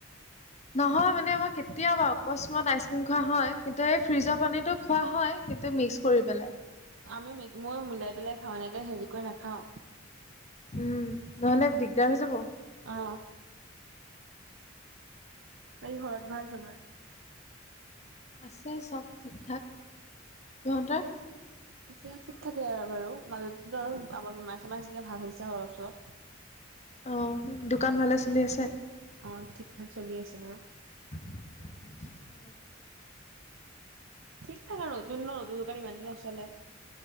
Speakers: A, on the left (about 35°); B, on the right (about 75°).
A: নহয় মানে মই কেতিয়া বাৰ অকস্মাত আইচক্ৰীম খোৱা হয়। কিন্তু এই ফ্ৰিজৰ পানীটো খোৱা হয় কিন্তু মিক্স কৰি পেলাই।
B: আমি মিক মই মিলাই পেলাই খাও এনেকে হেৰি কৰি নাখাও।
A: উম নহলে দিগদাৰ হৈ যাব।
B: অ বাকী ঘৰত ভাল চবৰে?
A: আছে চব ঠিক ঠাক, তহঁতৰ?
B: এতিয়া ঠিক ঠাকে আৰু বাৰু মাজতেতো আৰু আমাৰ বেমাৰ চেমাৰ হৈছিল ভাল হৈছে অলপ চলপ।
A: অ দোকান ভালে চলি আছে?
B: অ ঠিক ঠাক চলি আছে বাৰু।
A: <inaudible>
B: ঠিক ঠাক আৰু নতুন ন নতুন দোকানী ইমানকৈ নচলে।